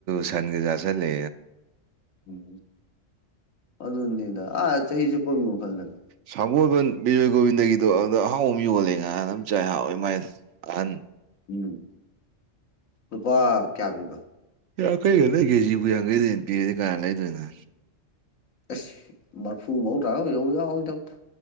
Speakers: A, on the right (about 70°); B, on the left (about 80°).
A: ꯁꯟꯒ ꯆꯥꯥꯁꯜꯂꯦ
B: ꯎꯝ ꯑꯗꯨꯅꯤꯗ ꯑꯥ ꯆꯍꯤ <unintelligible>
A: ꯁꯥꯒꯣꯜꯕꯟ ꯕꯤꯖꯣꯏ ꯒꯣꯕꯤꯟꯗꯒꯤꯗꯣ ꯑꯗ ꯑꯍꯥꯎ ꯑꯃ ꯌꯣꯜꯂꯦ ꯉꯍ ꯑꯗꯨꯝ ꯆꯥꯏ ꯍꯥꯎꯋꯦ ꯃꯥꯏ ꯑꯍꯟ
B: ꯎꯝ ꯂꯨꯄꯥ ꯀꯌꯥ ꯄꯤꯕ
A: ꯌꯥꯡꯈꯩꯒꯗ ꯀꯦꯖꯤꯕꯨ ꯌꯥꯡꯈꯩꯗ ꯄꯤꯔꯗꯤ ꯀꯥ ꯂꯩꯗꯣꯏꯅꯣ
B: ꯑꯦꯁ ꯃꯔꯐꯨ ꯃꯧꯗ꯭ꯔꯥ ꯑꯣꯏꯍꯧ ꯌꯥꯎꯗꯕ